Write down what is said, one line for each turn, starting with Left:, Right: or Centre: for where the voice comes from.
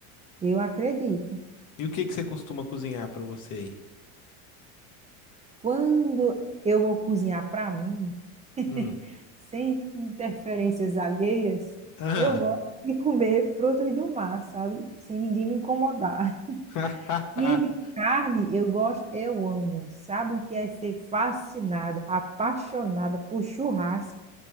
Right: Eu acredito.
Left: E o que que você costuma cozinhar pra você aí?
Right: Quando eu vou cozinhar para mim, <laughs>
Left: Hum,
Right: sem interferências alheias,
Left: aham.
Right: eu gosto de comer frutos do mar, sabe? Sem ninguém me incomodar. <laughs>
Left: <laughs>
Right: E de carne, eu gosto, eu amo. Sabe o que é ser fascinada, apaixonada por churrasco?